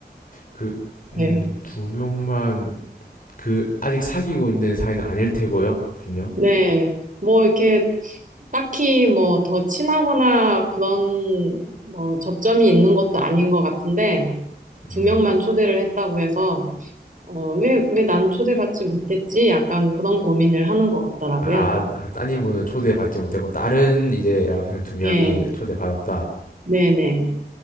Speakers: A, on the left (about 55°); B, on the right (about 50°).
A: 그 음
B: 네.
A: 두 명만 그 아직 사귀고 있는 사이는 아닐 테고요. 분명.
B: 네. 뭐 이렇게 딱히 뭐 더 친하거나 그런 뭐 접점이 있는 것도 아닌 것 같은데 두
A: 음.
B: 명만 초대를 했다고 해서 어, 왜, 왜 난 초대받지 못했지? 약간 그런 고민을 하는 것 같더라고요.
A: 아, 아 따님분은 초대받지 못했고 다른 이제 여학생 두 명이
B: 예,
A: 초대받았다.
B: 네네.